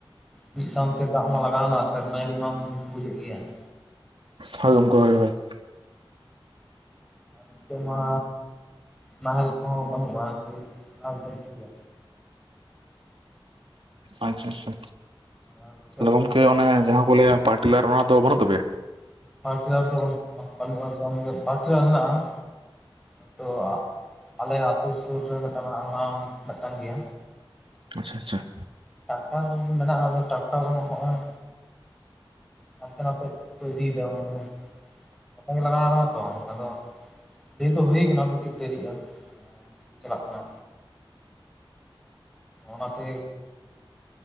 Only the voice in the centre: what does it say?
ᱢᱤᱫ ᱥᱟᱶᱛᱮ ᱫᱟᱜ ᱢᱟ ᱞᱟᱜᱟᱣᱱᱟ ᱥᱮᱨᱢᱟ ᱡᱟᱹᱲᱤ ᱢᱟᱢ ᱵᱩᱡᱮᱫ ᱜᱮᱭᱟ ᱾
ᱟᱨ ᱱᱤᱛᱚᱜ ᱢᱟ ᱱᱟᱦᱮᱞ ᱠᱚᱦᱚᱸ ᱵᱟᱹᱱᱩᱜᱼᱟ ᱾ ᱡᱮ ᱱᱟᱦᱮᱞ ᱛᱮᱢ ᱥᱤᱭᱟ?
ᱟᱨ ᱱᱤᱛᱚᱜ
ᱯᱟᱴᱤᱭᱟᱞ ᱫᱚ ᱵᱟ ᱵᱟᱹᱱᱩᱜᱼᱟ, ᱡᱮᱢᱚᱱ ᱜᱮ ᱯᱟᱴᱤᱭᱟᱞ ᱢᱮᱱᱟᱜᱼᱟ ᱾ ᱛᱚ ᱟᱞᱮ ᱟᱹᱛᱩ ᱥᱩᱨ ᱨᱮ ᱢᱤᱫᱴᱟᱝ ᱢᱮᱱᱟᱜᱼᱟ, ᱚᱱᱟ ᱢᱤᱫᱴᱟᱝ ᱜᱮᱭᱟ ᱾
ᱴᱟᱠᱴᱟᱨ ᱢᱮᱱᱟᱜᱼᱟ, ᱟᱫᱚ ᱴᱟᱠᱴᱟᱨ ᱱᱚᱜ-ᱚᱭ ᱦᱟᱱᱛᱮ ᱱᱟᱛᱮ ᱠᱚ ᱤᱫᱤᱭ ᱫᱟ ᱢᱚᱱᱮ ᱦᱳᱭ ᱾ ᱜᱚᱴᱟ ᱜᱮ ᱞᱟᱜᱟᱣ ᱠᱟᱱᱟ ᱛᱚ, ᱟᱫᱚ ᱰᱷᱤᱨ ᱫᱚ ᱦᱩᱭ ᱠᱟᱱᱟ ᱟᱫᱚ ᱠᱟᱹᱴᱤᱡ ᱫᱮᱨᱤᱜᱼᱟ ᱾ ᱪᱟᱞᱟᱜ ᱠᱟᱱᱟ ᱚᱱᱟᱛᱮ